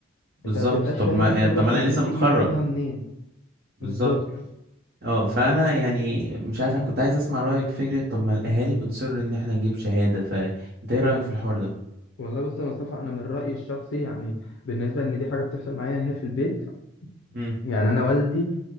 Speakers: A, on the right; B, on the left.
A: بالظبط
B: أنت ما بتبقاش
A: طب
B: فاهم
A: ما
B: الخبرة
A: يعني طب
B: السنتين
A: ما انا لسه متخرج
B: دي تجيبها منين
A: بالظبط
B: بالظبط
A: اه فانا يعني مش عارف انا كنت عايز اسمع رايك في فكره طب ما الاهالي بتصر ان احنا نجيب شهاده فانت ايه رايك في الحوار ده
B: والله بص يا مصطفى انا من رايي الشخصي يعني بالنسبه ان دي حاجه بتحصل معايا هنا في البيت
A: امم
B: يعني انا والدي